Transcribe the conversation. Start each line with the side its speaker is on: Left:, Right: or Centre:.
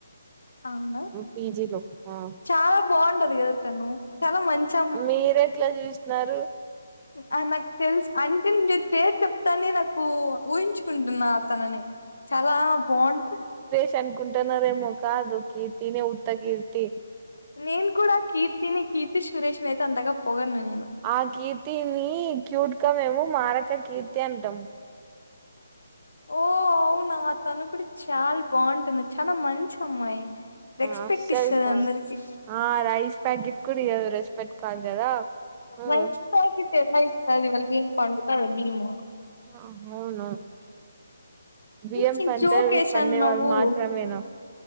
Left: అవునా
Right: పీజీలో ఆ
Left: చాలా బావుంటది కదా తను చాలా మంచి
Right: మీరెట్లా చూస్త న్నారు
Left: అ నాకు తెల్సు అంటే మీరు పేర్ చెప్తానే నాకు ఊహించుకుంటున్నా తనని చాలా బావుంట
Right: ష్ కుంటనరేమొకాదు కీర్తీ నెల ఉత్త కీర్తీ
Left: నేను కూడా కీర్తిని కీర్తి సురేష్ ని అయితే అంతగా పోగడను నేను
Right: ఆ కీర్తి నీ క్యూట్ గా మేము మారక కీర్తి అంటాం
Left: ఓ అవునా తను కూడా చాలా బాగుంటుంది చాలా మంచి అమ్మాయి రెస్పెక్ట్
Right: ఆఫ్ శారీకా
Left: ఇస్తది అందరికి
Right: ఆ రైస్ ప్యాకెట్ కుడ ఇయ్యదు రష్ ప్పట్టు కాదు కదా ఉమ్,
Left: మంచి <unintelligible> వ ఇవళకి ఏన్ <unintelligible> పండుతాయ బియము
Right: అవును బియ్యం
Left: చిన్న
Right: పంటే
Left: జోక్ వేసాను
Right: పండేవాళ్ళు
Left: నవ్వు
Right: మాత్రమేన